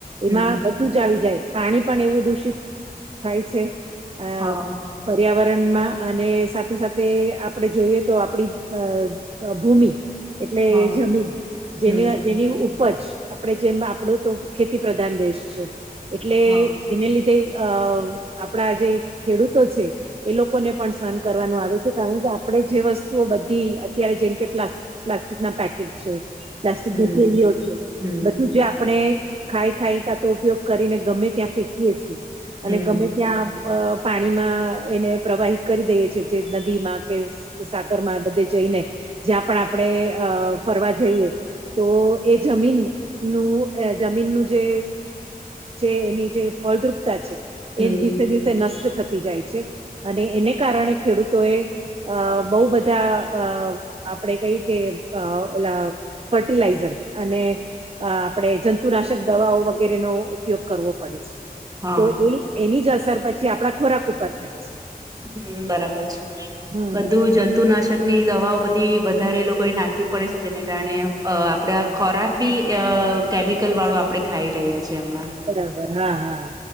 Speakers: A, on the right; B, on the right.
A: હમ
B: એમાં બધ તું જ આવી જાય પાણી પણ એવું દૂષિત થાય છે. અ
A: હા.
B: પર્યાવરણમાં અને સાથે સાથે આપણે જોઈએ તો આપડી જ અ અ ભૂમિ એટલે
A: હા
B: એ જમીન જેની
A: હમ
B: જેની ઉપજ આપડે જેમ આપડું તો ખેતી પ્રધાન દેશ છે. એટલે
A: હા
B: એને લીધે અ આપણા જે ખેડૂતો છે. એ લોકોને પણ સહન કરવાનું આવે છે કારણ કે આપડે જે વસ્તુઓ બધી અત્યારે જેમકે પ્લાસ્ટિક પ્લાસ્ટિક ના પેકેટ છે, પ્લાસ્ટિકની
A: હમ
B: થેલીઓ છે
A: હમ
B: બધું જે આપ આપણે ખાઈ ખાઈ કા તો ઉપયોગ કરીને ગમે ત્યાં ફેંકીએ છીએ
A: હમ
B: અને ગમે ત્યાં અ પાણીમાં એને પ્રવાહિત કરી દઈએ છે જે નદી માં કે સાગર માં બધે જઈને જ્યાં પણ આપણે અ ફરવા જઈએ તો એ જમીન નું અ જમીનનું જે જે એની જે ફળદ્રુપતા છે
A: હમ
B: એ દિવસે દિવસે તે નષ્ટ થતી જાય છે અને એને કારણે ખેડૂતો એ અ બો બધા અ આપડે કઈ કે ઓલા ફર્ટિલાઇઝર્સ અને અ આપણે જંતુનાશક દવાઓ વગેરેનો ઉપયોગ કરવો પડે છે.
A: હા
B: તો એ એની જ અસર પછી આપડા ખોરાક ઉપર થાય છે.
A: હમમ બરાબર છે
B: હમ
A: બધું
B: હમ.
A: જંતુનાશક ની દવાઓ બધી વધારે લોકોએ નાખવી પડે છે જેને કારણે આપણે અ આ ખોરાક બી અ કેમિકલ વાળો આપણે ખાઈ રહ્યા છીએ હમણાં.
B: બરાબર હા હા.